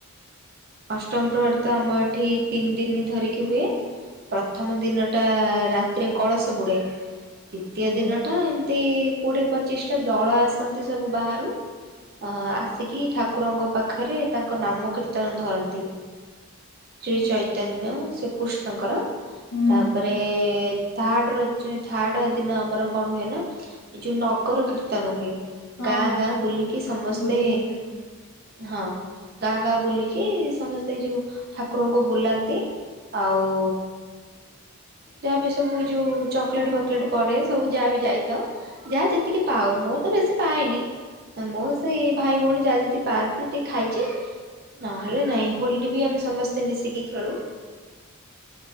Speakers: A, on the right; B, on the left.
A: ଅଷ୍ଟମ ପ୍ରହରୀ ତ ଆମ ଏଠି ତିନି ଦିନ ଧରିକି ହୁଏ, ପ୍ରଥମ ଦିନଟା ରାତିରେ କଳସ ବୁଡେ। ଦ୍ଵିତୀୟ
B: ଆଜ୍ଞା।
A: ଦିନ ଟା ଏମିତି କୋଡିଏ ପଚିଶ ଟା ଦଳ ଆସନ୍ତି ସବୁ ବାହାରୁ। ଅ ଆସିକି ଠାକୁରଙ୍କ ପାଖରେ ତାଙ୍କ ନାମ କୀର୍ତ୍ତନ ଧରନ୍ତି, ଶ୍ରୀ
B: ହୁଁ।
A: ଚୈତନ୍ୟ, ଶ୍ରୀକୃଷ୍ଣଙ୍କର
B: ହୁଁ
A: ତାପରେ
B: ହୁଁ
A: ରେ ଥାର୍ଡ ର ଯୋଉ ଥାର୍ଡ ଦିନ ଆମର କଣ ହୁଏ ନା ଏଇ ଯୋଉ ନଗର କୀର୍ତ୍ତନ ହୁଏ
B: ହଁ
A: ଗାଁ
B: ହଁ
A: ଗାଁ ବୁଲିକି ସମସ୍ତେ
B: ବୁଲିକି କେତେ
A: ହଁ, ଗାଁ ଗାଁ ବୁଲିକି ଏଇ ସମସ୍ତେ ଯୋଉ ଠାକୁରଙ୍କୁ ବୁଲାନ୍ତି ଆଉ ଯାହା ବି ସବୁ ଯୋଉ ଚକଲେଟ ଫକଲେଟ୍ ପଡେ ସବୁ ଯାହା ବି ଯାଇଥାଉ ଯାହା ଯେତିକି ପାଉ, ମୁଁ ତ ବେଶୀ ପାଏନି। ମୋ ସେଇ ଭାଇ ଭଉଣୀ ଯାହା ଯଦି ପାଆନ୍ତି ଖାଇଛି। ନହେଲେ ନାଇଁ ହୋଲି ବି ଆମେ ସମସ୍ତେ ମିଶିକି ଖେଳୁ